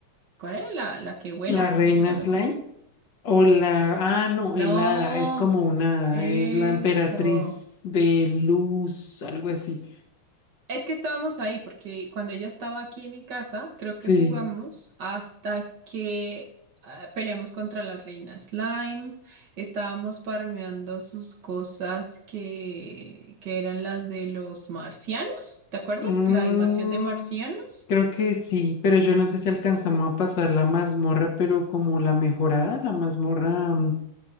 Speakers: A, on the right (about 75°); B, on the left (about 55°).
A: ¿cuál es? La, la que vuela,
B: La reina
A: ¿cómo se llama
B: Slime
A: esa?
B: o la... Ah, no,
A: No.
B: el hada, es como un hada,
A: Eso.
B: es la emperatriz de luz, algo así.
A: Es que estábamos ahí porque cuando ella estaba aquí en mi casa, creo que
B: Sí.
A: jugamos hasta que ah, peleamos contra la reina Slime. Estábamos farmeando sus cosas que, que eran las de los marcianos. ¿Te acuerdas?
B: Mm,
A: La invasión de marcianos
B: creo que sí, pero yo no sé si alcanzamos a pasar la mazmorra, pero como la mejorada, la mazmorra... mm,